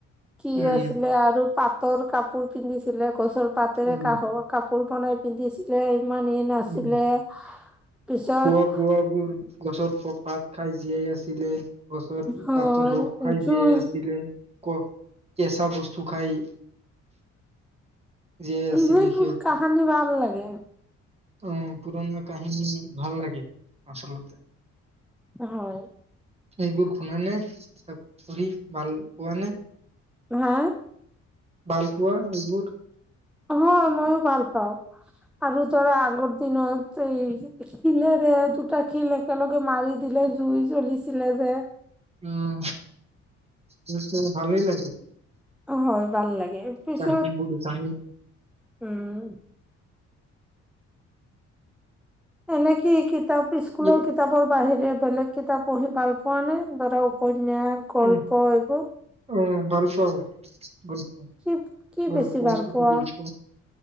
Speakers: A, in the centre; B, on the right (about 20°).
A: কি
B: উম,
A: আছিলে আৰু পাটৰ কাপোৰ পিন্ধিছিলে গছৰ পাতৰে
B: উম,
A: ক পৰব নাই পিন্ধিছিলে <unintelligible> মানি নাছিলে
B: উম।
A: পিছত
B: খোৱা বোৱাবোৰ গছৰ পাত খাই জীয়াই আছিলে গছৰ
A: হয়
B: পাতৰ ৰস খাই
A: জুই
B: যিয়ে আছিলে ক কচা বস্তুু খাই জীয়াই আছিলে
A: এইবোৰ
B: সিহঁতে
A: কাহানী ভাল লাগে
B: অ পুৰণা কাহিনী ভাল লাগে আচলতে
A: হয়
B: এইবোৰ খুনা নে চষ্ট কৰি ভাল পোৱা নে
A: হা
B: ভাল পোনা মজবুৰ
A: অ মইও ভাল পাওঁ আৰু ধৰা আগৰ দিনত এই শিলেৰে দুটা শিল একেলগে মাৰি দিলে জুই জ্বলিছিলে যে
B: উম নি্চ ভালেই লাগাইছো
A: হয় ভাল লাগে পিছত
B: কাহিনীবোৰ জানি
A: উম এনেে কিি কি কিতাপ স্কুলৰ
B: ইয়ে-
A: কিতাপৰ বাহিৰে বেলেগ কিতাপ পঢ়ি ভাল পোৱা নে ধৰা উপ ন গল্প
B: উম,
A: এইবোৰ
B: অ ভাল পাওঁ গল্প
A: কি কি
B: গল্প
A: বেছি ভাল
B: চুটি
A: পোৱা
B: গল্প